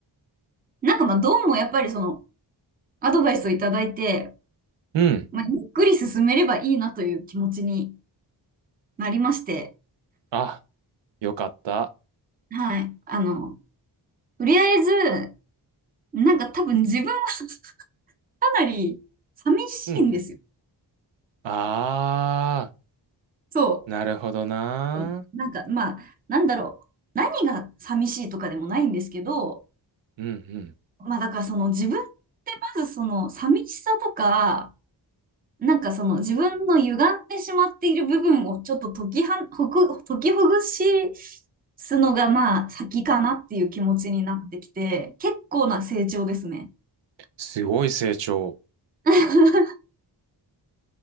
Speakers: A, on the right; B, on the right.
A: なんかまあどうもやっぱりそのアドバイスをいただいて、
B: うん。うん。
A: まあ、ゆっくり進めればいいなという気持ちにありまして、
B: あ、よかった。
A: はい。あの、とりあえず、なんか多分自分は <laughs> かなり寂しいんですよ。
B: うんうん。あ
A: そ
B: ー、なるほどな。
A: う。なんか、まあ、なんだろう。何が寂しいとかでもないんですけど、
B: うんうん。
A: まあだからその自分ってまずその寂しさとか、なんかその自分の歪んでしまっている部分をちょっと解きはんほぐ、解きほぐしすのがまあ先かなっていう気持ちになってきて、結構な成長ですね。
B: すごい成長。
A: <laughs>